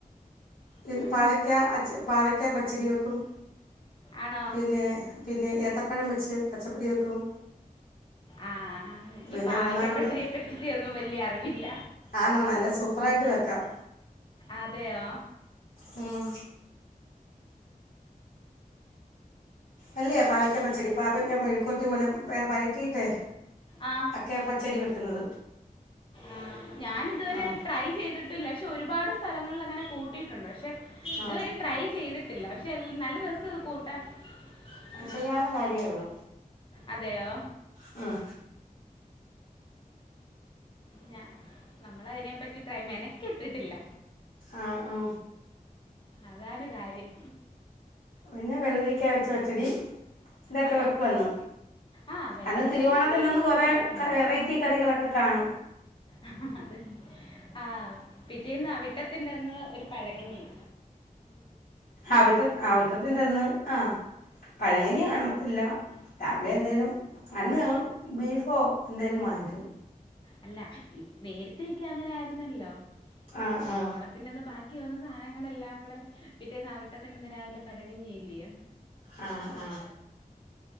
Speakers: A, on the left; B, on the left.
A: പിന്ന പാവയ്ക്കാ
B: ആ.
A: അച്ച പാവക്കാ പച്ചടി വെക്കും
B: ആണോ
A: പിന്നെ പിന്നെ ഏത്തപ്പഴം വെച്ച് പച്ചപ്പടി വെക്കും
B: ആഹ എനിക്ക്
A: പിന്നെ
B: പാവക്കപ്പച്ചടിയെ
A: മൂന്നാല് കൂട്ടം
B: പറ്റിട്ട ഒന്നും വലിയ അറിവില്ല
A: ആന്നോ നല്ല സൂപ്പറായിട്ട് വെക്കാം
B: അതെയോ
A: മം അല്ലേ പാവക്ക പച്ചടി പാവയ്ക്ക മെഴുക്കുപുരട്ടി പോലെ വഴറ്റീയിട്ടെ
B: ആ
A: ഒക്കെ പച്ചടി വെക്കുന്നത്
B: ആണോ ഞാൻ ഇതുവരെ
A: ആ
B: ട്രൈ ചെയ്തിട്ടില്ല പക്ഷെ ഒരുപാട് സ്ഥലങ്ങളിൽ അങ്ങനെ കൂട്ടിയിട്ടുണ്ട് പക്ഷെ ഇതുവരെ
A: ആ
B: ട്രൈ ചെയ്തിട്ടില്ല പക്ഷെ നല്ല രസ കൂട്ടാൻ ആ,
A: ചെയ്യാനുള്ള കാര്യമേള്ളു
B: അതെയോ
A: മ്മ്
B: ഞ നമ്മള അതിനെ പറ്റി ട്രൈ മെനകെട്ടിട്ടില്ല
A: ആഹ ആ
B: അതാണ് കാര്യം
A: പിന്നെ വെള്ളരിക്ക വച് പച്ചടി ഇതൊക്കെ
B: ആ
A: വെക്കു അന്ന്
B: ആ വെള്ളരിക്ക
A: അന്ന് തിരുവോണത്തിന്റെ
B: പച്ചടിയൊക്കെ
A: അന്ന്
B: നമ്മൾ
A: കൊറെ
B: വെച്ചിട്ടുണ്ട്
A: വെറൈറ്റി കറികളൊക്കെ കാണും
B: അത് തന്നെ ആ പിറ്റേന്ന് അവിട്ടത്തിന്റെ അന്ന് ഒരു പഴങ്ങഞ്ഞീം
A: അവിട്ട അവിട്ടത്തിന്റെ അന്ന് ആ പഴങ്കഞ്ഞി കാണത്തില്ല രാവിലെ എന്തായാലും അന്ന് ഞങ്ങള് ബീഫോ എന്തേലും വാങ്ങിക്കും
B: അല്ല ഇ നേരത്തെയൊക്കെ അങ്ങനെ ആരുന്നല്ലോ
A: ആ
B: തിരുവോണത്തിന്റന്ന്
A: ആ
B: ബാക്കി വന്ന സാധനങ്ങളെല്ലാം കൂടെ പിറ്റേന്ന് അവിട്ടത്തിന്റെ അന്ന് രാവിലെ പ ഴങ്കഞ്ഞി ഇല്ല്യയോ
A: ആ ആ